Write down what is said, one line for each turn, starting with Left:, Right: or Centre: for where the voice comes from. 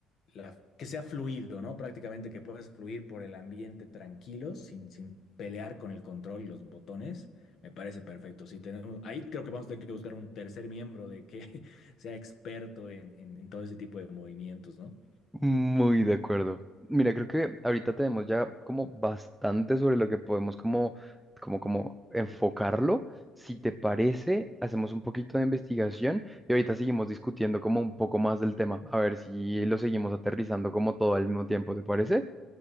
Left: la- que sea fluido, ¿no? Prácticamente que puedas fluir por el ambiente tranquilo, sin, sin pelear con el control y los botones, me parece perfecto. Si tenemos, ahí creo que vamos a tener que buscar un tercer miembro de que <laughs> sea experto en, en, en todo ese tipo de movimientos, ¿no?
Centre: Muy de acuerdo. Mira, creo que ahorita tenemos ya como bastante sobre lo que podemos como, como, como enfocarlo. Si te parece, hacemos un poquito de investigación y ahorita seguimos discutiendo como un poco más del tema, a ver si lo seguimos aterrizando como todo al mismo tiempo, ¿te parece?